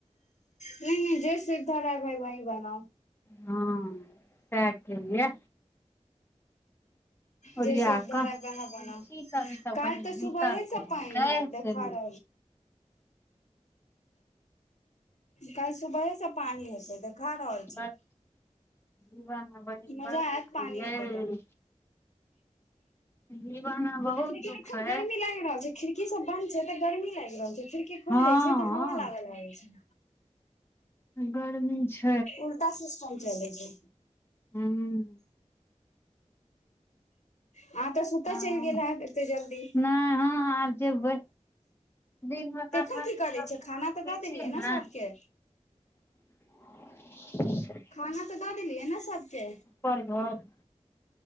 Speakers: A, on the left (about 70°); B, on the left (about 20°).
A: नहि न जे सुविधा रह भइ वहि बनाउ
B: हँ ते के लिए ओरिया
A: जे सुधर
B: कऽ तुलसी
A: वह बना
B: सब ई सब
A: कालि
B: कनि
A: तऽ
B: भीतर
A: सुबहेसँ
B: कऽ
A: पानि
B: देतै
A: हत देखार
B: से नहि
A: कालि सुबहेसँ पानि हेतै देखा रहल
B: बड
A: छ
B: जीवन मे बहिन
A: मजा
B: बड़ दुःख
A: आयत पानी
B: अइ यै
A: हतै त
B: जीवन मे बहुत
A: लेकिन
B: दुःख
A: एखन
B: अइ
A: गर्मी लागि रहल छै खिड़की सब बन्द छै तऽ गर्मी लागि रहल छै खिड़की खोल
B: हँ
A: दै छै त हवा लागै लगैय छै
B: गर्मी छै
A: उल्टा सिस्टम चले छै
B: हूँ
A: अहाँ तऽ सुतऽ
B: हँ
A: चलि गेल हैब एते जल्दी
B: नहि हँ आब जेबै दिन मे
A: तऽ
B: कथा
A: एखन की
B: सुथा
A: करै छै
B: करै
A: खाना तऽ दऽ देलियै
B: छ ने
A: सबके
B: <unintelligible> <unintelligible>
A: खाना तऽ दऽ देलियै ने सबके
B: पर घर